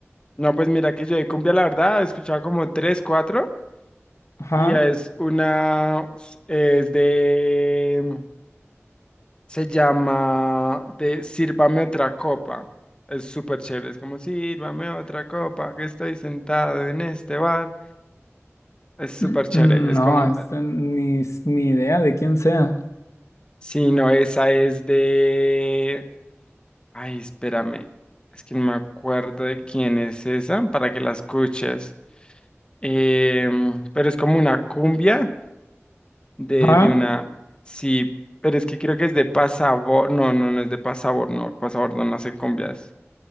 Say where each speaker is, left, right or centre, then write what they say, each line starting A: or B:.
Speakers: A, on the left (about 20°); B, on the left (about 80°).
A: No, pues mira que yo de cumbia, la verdad, he escuchado como tres, cuatro.
B: Ajá.
A: Y es una, es de, se llama de Sírvame otra copa. Es súper chévere. Es como, sírvame otra copa, que estoy sentado en este bar. Es súper
B: Mm,
A: chévere.
B: mm,
A: Es
B: No,
A: como,
B: esta
A: eh,
B: ni, ni idea de quién sea.
A: sí, no, esa es de... Ay, espérame. Es que no me acuerdo de quién es esa para que la escuches. Em, pero es como una cumbia de,
B: Ajá.
A: de una. Sí, pero es que creo que es de Pasabor. No, no, no es de Pasabor, no. Pasabor no, no hace cumbias.